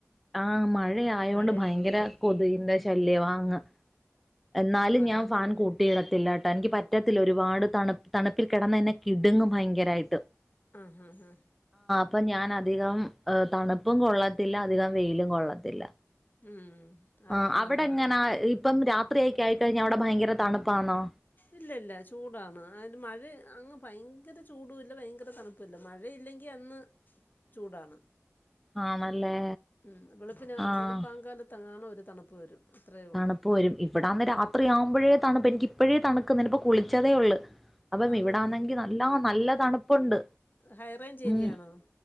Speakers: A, in the centre; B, on the left.
A: ആ മഴ ആയോണ്ട്
B: മഴയായതുകൊണ്ട്
A: ഭയങ്കര കൊതുകിന്റെ
B: ഉം.
A: ശല്യവാ അങ്ങ് എന്നാലും
B: മഴയത്ത്
A: ഞാൻ ഫാൻ കൂട്ടിയിടത്തില്ല ട്ടോ എനിക്ക് പറ്റത്തില്ല ഒരുപാട് തണുപ്പ് തണുപ്പിൽ കിടന്നാ എന്നെ കിടുങ്ങും ഭയങ്കരായിട്ട്
B: അ ഹാ ഹാ
A: പ്പൊ ഞാൻ അധികം തണുപ്പും കൊള്ളത്തില്ല അധികം വെയിലും കൊള്ളത്തില്ല.
B: ഉം. അതാ
A: ആ അവിടെ
B: നല്ലത്
A: എങ്ങനാ ഇപ്പം രാത്രി ആയിക്കഴി <unintelligible> അവിടെ ഭയങ്കര തണുപ്പാണോ?
B: ഇല്ല ഇല്ല ചൂടാന്ന് ആയത് മഴ അങ്ങ് ഭയങ്കര ചൂടു ഇല്ല ഭയങ്കര തണുപ്പല്ല മഴേ ഇല്ലെങ്കിൽ അന്ന് ചൂടാണ്.
A: ആണല്ലേ
B: ഉം വെളുപ്പിന്
A: ആഹ്
B: വെളുപ്പാങ്കാലത്താണ് ഒരു തണുപ്പ് വരും. അത്രയേ ഉള്ളൂ
A: തണുപ്പ് വരും ഇവിടാന്ന് രാത്രി ആവുമ്പോഴേ തണുപ്പ് എനിക്ക് ഇപ്പഴേ തണുക്ക്ണ് നിപ്പോ കുളിച്ചതേ ള്ള്. അപ്പം
B: ആന്ന്
A: ഇവിടാന്നെങ്കി നല്ലാ നല്ലതണുപ് പ്പുണ്ട്
B: ഹൈറേഞ്ച് ഏരിയയാണോ
A: ഉം